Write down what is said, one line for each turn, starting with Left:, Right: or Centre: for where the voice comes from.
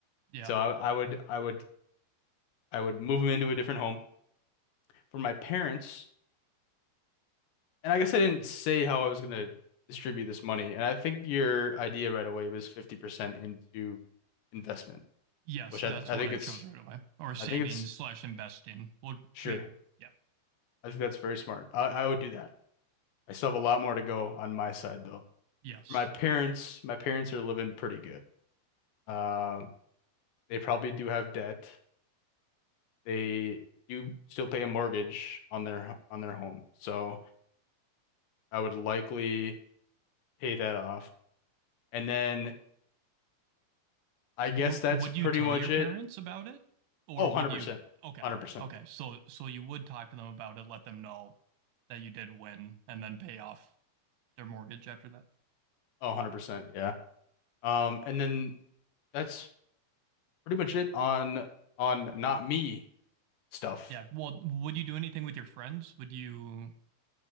Right: Yeah.
Left: So I, I would
Right: I
Left: I would I would move him into a different home for my parents. And I guess I didn't say how I was gonna distribute this money. And I think your idea right away was 50% into investment,
Right: Yes,
Left: which
Right: that's
Left: I I
Right: what
Left: think
Right: I
Left: it's
Right: chose right away. Or saving
Left: I think it's
Right: slash investing. Would
Left: sure.
Right: we? Yeah.
Left: I think that's very smart. I, I would do that. I still have a lot more to go on my side though.
Right: Yes.
Left: my parents, my parents are living pretty good. Um, they probably do have debt. they do still pay a mortgage on their on their home. So I would likely pay that off. And then I guess
Right: W-
Left: that's
Right: would
Left: pretty
Right: you tell
Left: much
Right: your parents
Left: it.
Right: about it, or
Left: Oh, 100%.
Right: would you? Okay.
Left: 100%.
Right: Okay. So so you would talk to them about it, let them know that you did win, and then pay off their mortgage after that.
Left: Oh, 100%. Yeah. Um, and then that's pretty much it on on not me stuff.
Right: Yeah. Well, would you do anything with your friends? Would you